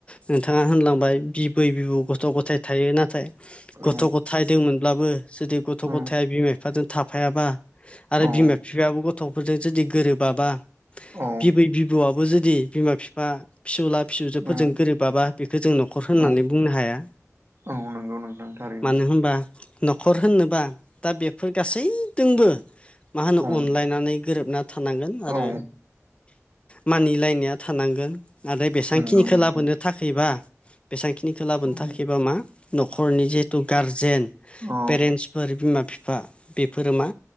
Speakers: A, on the left; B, on the right.
A: नोंथाङा होनलांबाय बिबै बिबौ गथ' गथाय थायो नाथाय
B: औ
A: गथ' ग' थाय दोंमोनब्लाबो जुदि गथ'
B: औ
A: गथाय बिमा बिफाजों थाफायाबा आरो
B: औ
A: बिमा फिफायाबो गथ'फोरजों जुदि गोरोबाबा
B: औ
A: बिबै बिबौआबो जुदि बिमा फिफा फिसौला फिसौजो फोरजों
B: औ
A: गोरोबाबा बेखो जों न'खर होननानै
B: औ
A: बुंनो हाया
B: औ नंगौ नोंथां थारैनो
A: मानो होमबा न'खर होननोबा दा बेफोर गासैदोंबो मा होनो
B: औ
A: अनलायनानै गोरोबना थांगोन आरो
B: औ
A: मानिलायनाया थानांगोन आरो
B: नंगौ
A: खिनिखौ
B: नोंथां
A: लाबोनो थाखायबा बेसेबां खिनिखौ लाबोनो
B: औ
A: थाखायबा मा न'खरनि जिहेथु गारजेन
B: औ
A: पेरेन्टसफोर बिमा बिफा बेफोरो मा